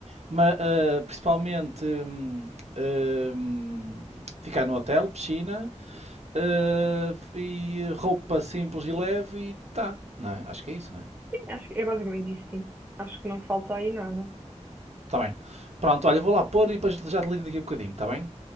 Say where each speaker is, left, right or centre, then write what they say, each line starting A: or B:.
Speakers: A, on the right; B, on the right.
A: ma- eh, principalmente hum, hum, ficar no hotel, piscina, eh, e roupa simples e leve e tá, não é? Acho que é isso, não é?
B: sim, acho que é basicamente isso, sim. Acho que não falta aí nada.
A: Tá bem. Pronto, olha, vou lá pôr e depois já te ligo daqui a bocadinho, tá bem?